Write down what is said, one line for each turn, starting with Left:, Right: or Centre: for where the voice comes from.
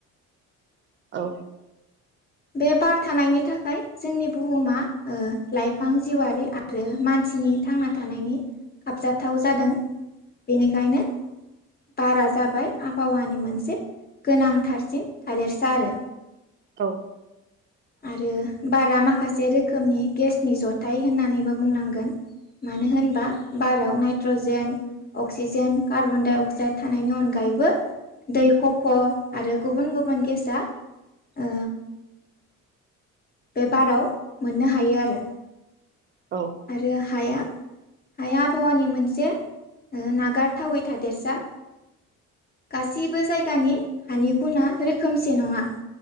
Right: औ
Left: बे बार थानायनि थाखाय जोंनि बुहुमा ओ लाइफां जिउआरि आ आरो मानसिनि थांना थानायनि साबजाथाव जादों बेनिखायनो बारा जाबाय आबहावानि मोनसे गोनांथारसिन थादेरसा आरो
Right: औ
Left: आरो बारा माखासे रोखोमनि गेसनि जथाय होननानैबो बुंनांगोन मानो होनोबा बाराव nitrogen oxygen carbon dioxide थानायनि अनगायैबो दै खफ' आरो गुबुन गुबुन गेसआ
Right: <unintelligible>
Left: ओ बे बाराव मोननो हायो आरो
Right: औ
Left: आरो हाया हाया आबहावानि मोनसे नागारथावै थादेरसा गासैबो जायगानि हानि गुना रोखोमसे नङा